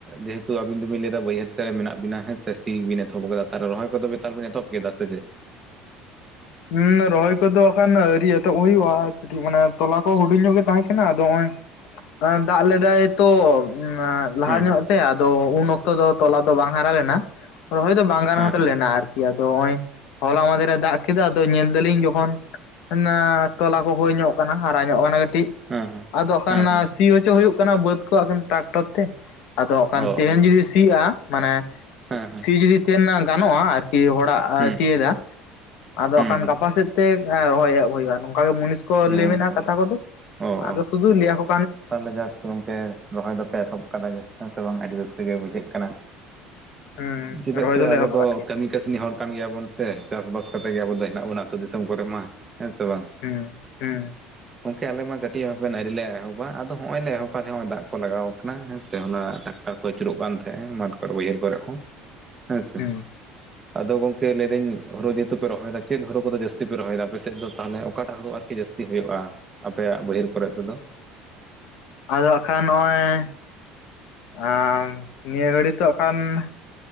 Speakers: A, on the right; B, on the left.
A: ᱡᱮᱦ ᱠᱤᱱᱛᱩ ᱟᱵᱤᱱ ᱫᱚᱵᱤᱱ ᱞᱟᱹᱭᱫᱟ ᱵᱟᱹᱭᱦᱟᱹᱲ ᱥᱮᱫ ᱨᱮ ᱢᱮᱱᱟᱜ ᱵᱤᱱᱟ ᱦᱮᱸ ᱥᱮ ᱥᱤ ᱵᱤᱱ ᱮᱛᱚᱦᱚᱵ ᱟᱠᱟᱫᱟ ᱛᱟᱦᱮᱸ ᱨᱚᱦᱚᱭ ᱠᱚᱫᱚ ᱛᱟᱨᱯᱚᱨᱮ ᱵᱮᱱ ᱮᱛᱚᱦᱚᱵ ᱠᱮᱫᱟ ᱥᱮ ᱡᱮ?
B: ᱦᱩᱸ ᱨᱚᱦᱚᱭ ᱠᱚᱫᱚ ᱮᱠᱷᱟᱱ ᱟᱹᱣᱨᱤ ᱮᱛᱚᱦᱚᱵ ᱦᱩᱭᱩᱜᱼᱟ᱾ ᱠᱟᱹᱴᱤᱡ ᱢᱟᱱᱮ ᱛᱚᱞᱟ ᱠᱚ ᱦᱩᱰᱤᱧ ᱧᱚᱜ ᱜᱮ ᱛᱟᱦᱮᱸ ᱠᱟᱱᱟ, ᱟᱫᱚ ᱱᱚᱜᱼᱚᱭ ᱫᱟᱜ ᱞᱮᱫᱟᱭ ᱛᱚ᱾ ᱞᱟᱦᱟ
A: ᱦᱮᱸ
B: ᱧᱚᱜ ᱛᱮ ᱟᱫᱚ ᱩᱱ ᱚᱠᱛᱚ ᱫᱚ ᱛᱚᱞᱟ ᱫᱚ ᱵᱟᱝ ᱦᱟᱨᱟ ᱞᱮᱱᱟ᱾ ᱨᱚᱦᱚᱭ ᱫᱚ ᱵᱟᱝ ᱜᱟᱱ
A: ᱦᱮᱸ
B: ᱦᱟᱛᱟᱣ
A: ᱦᱮᱸ
B: ᱞᱮᱱᱟ, ᱟᱨᱠᱤ᱾ ᱟᱫᱚ ᱱᱚᱭᱼᱚᱭ ᱦᱚᱞᱟ ᱢᱟᱫᱮᱨ ᱨᱮ ᱫᱟᱜ ᱠᱮᱫᱟ ᱟᱫᱚ ᱧᱮᱞ ᱫᱟᱞᱤᱧ ᱡᱚᱠᱷᱚᱱ ᱚᱱᱟ ᱛᱚᱞᱟ ᱠᱚᱦᱚ ᱧᱚᱜ ᱦᱟᱨᱟ ᱧᱚᱜ ᱠᱟᱱᱟ ᱠᱟᱹᱴᱤᱡ
A: ᱦᱮᱸ ᱦᱮᱸ
B: ᱟᱫᱚ ᱠᱷᱟᱱ
A: ᱦᱮᱸ ᱦᱮᱸ ᱦᱮᱸ
B: ᱥᱤ ᱦᱚᱪᱚ ᱦᱩᱭᱩᱜ ᱠᱟᱱᱟ ᱵᱟᱹᱫ ᱠᱚ ᱴᱨᱟᱠᱴᱚᱨ ᱛᱮ ᱟᱫᱚ ᱠᱷᱟᱱ
A: ᱚ ᱚ
B: ᱛᱮᱦᱮᱧ ᱡᱩᱫᱤ ᱥᱤᱜᱼᱟ ᱢᱟᱱᱮ
A: ᱦᱮᱸ ᱦᱮᱸ
B: ᱥᱤ ᱡᱩᱫᱤ ᱛᱟᱦᱮᱱ ᱜᱟᱱᱚᱜᱼᱟ ᱟᱨᱠᱤ ᱦᱚᱲᱟᱜ
A: ᱦᱩᱸ
B: ᱥᱤᱭᱮᱫᱟ᱾ ᱟᱫᱚ
A: ᱦᱩᱸ
B: ᱠᱷᱟᱱ ᱜᱟᱯᱟ ᱥᱮᱫ ᱛᱮ ᱨᱚᱦᱚᱭ ᱮᱦᱚᱵ ᱦᱩᱭᱩᱜᱼᱟ᱾ ᱱᱚᱝᱠᱟ ᱜᱮ ᱢᱩᱱᱤᱥ ᱠᱚ
A: ᱦᱩᱸ ᱚ
B: ᱞᱟᱹᱭ ᱢᱮ
A: ᱚ
B: ᱠᱟᱛᱷᱟ ᱠᱚᱫᱚ
A: ᱚ
B: ᱟᱫᱚ
A: ᱚ
B: ᱥᱩᱫᱩ ᱞᱟᱹᱭᱟ ᱠᱚ
A: ᱛᱟᱦᱚᱞᱮ ᱡᱟᱥ ᱜᱚᱝᱠᱮ ᱨᱚᱦᱚᱭ ᱫᱚᱯᱮ ᱮᱛᱚᱦᱚᱵ ᱠᱟᱫᱟ ᱦᱮᱸ ᱥᱮ ᱵᱟᱝ ᱟᱹᱰᱤ ᱨᱟᱹᱥᱠᱟᱹ ᱜᱮ ᱵᱩᱡᱷᱟᱹᱜ ᱠᱟᱱᱟ᱾
B: ᱦᱩᱸ
A: ᱪᱮᱫᱟᱜ
B: ᱨᱚᱦᱚᱭ
A: ᱥᱮ
B: ᱫᱚᱞᱮ
A: ᱟᱵᱚ
B: ᱮᱦᱚᱵ
A: ᱫᱚ
B: ᱟᱠᱟᱫ ᱜᱮᱭᱟ
A: ᱠᱟᱹᱢᱤ ᱠᱟᱹᱥᱱᱤ ᱦᱚᱲ ᱠᱟᱱ ᱜᱮᱭᱟᱵᱚᱱ ᱥᱮ ᱪᱟᱥᱵᱟᱥ ᱠᱟᱛᱮᱜ ᱜᱮ ᱟᱵᱚ ᱫᱚ ᱦᱮᱱᱟᱜ ᱵᱚᱱᱟ ᱟᱹᱛᱩ ᱫᱤᱥᱚᱢ ᱠᱚᱨᱮ ᱢᱟ᱾ ᱦᱮᱸ ᱥᱮ ᱵᱟᱝ
B: ᱦᱩᱸ ᱦᱩᱸ
A: ᱜᱚᱢᱠᱮ ᱟᱞᱮ ᱢᱟ ᱠᱟᱹᱴᱤᱡ ᱦᱚᱸ ᱵᱟᱞᱮ ᱮᱦᱚᱵᱟ, ᱟᱫᱚ ᱦᱚᱸᱜᱼᱚᱭ ᱞᱮ ᱮᱦᱚᱵ ᱵᱟᱦᱦᱮ ᱦᱚᱸᱜ ᱚᱚᱭ ᱫᱟᱜ ᱠᱚ ᱞᱟᱜᱟᱣ ᱟᱠᱟᱱᱟ ᱦᱮᱸ ᱥᱮ᱾ ᱦᱚᱞᱟ ᱴᱟᱠᱴᱟᱨ ᱠᱚ ᱟᱹᱪᱩᱨᱚᱜ ᱠᱟᱱ ᱛᱟᱦᱮᱸ ᱢᱟᱴᱷᱠᱨᱮ ᱵᱟᱹᱭᱦᱟᱹᱲ ᱠᱚᱨᱮ ᱦᱚᱸ᱾ ᱦᱮᱸ ᱥᱮ
B: ᱦᱩᱸ
A: ᱟᱫᱚ ᱜᱚᱝᱠᱮ ᱞᱟᱹᱭᱮᱫᱟᱹᱧ ᱦᱩᱮᱦᱮ ᱯᱮ ᱨᱚᱦᱚᱭᱟ ᱪᱮᱫ ᱦᱩ ᱠᱚᱫᱚ ᱡᱟᱹᱥᱛᱤᱯᱮ ᱨᱚᱭᱮᱫᱟ ᱟᱯᱮ ᱥᱮᱫ ᱫᱚ ᱛᱟᱦᱚᱞ ᱚᱠᱟᱴᱟᱜ ᱦᱩ ᱟᱨᱠᱤ ᱡᱟᱹᱛᱤ ᱡᱟᱹᱛᱤ ᱦᱩᱭᱩᱜᱼᱟ ᱟᱯᱮᱭᱟᱜ ᱵᱟᱹᱭᱦᱟᱹᱲ ᱠᱚᱨᱮ ᱛᱮᱫᱚ
B: ᱟᱫᱚ ᱵᱟᱝ ᱠᱷᱟᱱ ᱱᱚᱜᱼᱚᱭ ᱟ ᱱᱤᱭᱟᱹ ᱜᱷᱟᱹᱲᱤ ᱛᱚᱜ ᱠᱷᱟᱱ